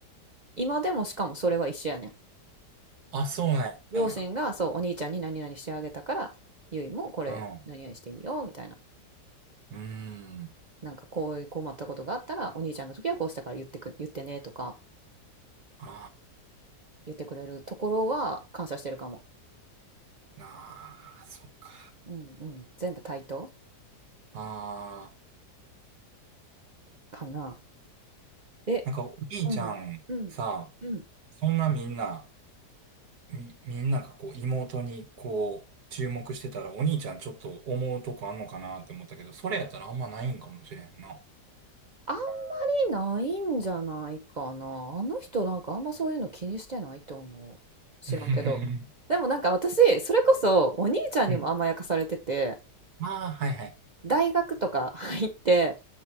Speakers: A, on the right; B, on the right.
A: 今でもしかもそれは一緒やねん
B: あ、そうなんや。
A: 両親がそうお兄ちゃんに何々してあげたからゆいもこれ何々していいよみたいな
B: うん。うーん。
A: なんかこういう困ったことがあったらお兄ちゃんの時はこうしたから言ってく言ってねとか
B: あ
A: 言ってくれるところは感謝してるかも
B: ーあー、そうか。
A: うんうん全部対等
B: ああ、
A: かなえ
B: なんかお兄ちゃんさ、
A: うん。うん。うん。
B: そんなみんな、み、みんながこう妹にこう注目してたらお兄ちゃんちょっと思うとこあんのかなって思ったけど、それやったらあんまないんかもしれへんな。
A: あんまりないんじゃないかな。あの人なんかあんまそういうの気にしてないと思う。知らんけど。
B: うん
A: でもなんか私、それこそお兄ちゃんにも甘やかされてて、
B: <laughs> うん。ああ、はいはい。
A: 大学とか <laughs> 入って、